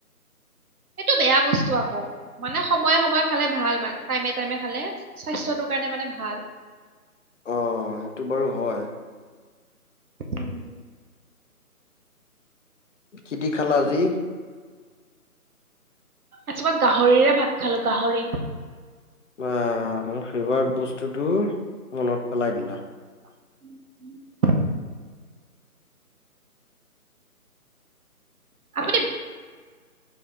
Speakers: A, on the right; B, on the left.
A: সেইটো বেয়া বস্তু আকৌ মানে সময়ে সময়ে খালে ভাল টাইমে টাইমে খালে স্বাস্থ্যটো টোৰ কাৰণে মানে ভাল
B: অ সেইটো বাৰু হয়।
A: উম
B: কি দি খালা আজি?
A: আজি মই গাহৰিৰে ভাত খালো গাহৰি।
B: আহ, মোৰ ফেভাৰ বস্তুটো মনত পেলাই দিলা।
A: <inaudible> আপুনি